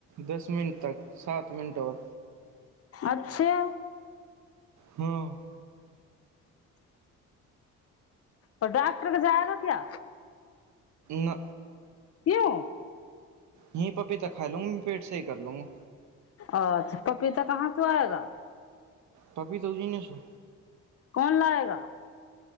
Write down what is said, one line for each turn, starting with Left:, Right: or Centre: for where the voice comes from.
Right: दस मिनट तक सात मिनट और
Left: अच्छा
Right: हँ
Left: ओ डॉक्टर जायगा क्या
Right: ना
Left: क्यू
Right: हीं पपीता खा लूंग फिर से कर लूंग
Left: अच्छा पपीता कहाँ से आएगा
Right: पप्पी तौजी ने छौ
Left: कौन लायेगा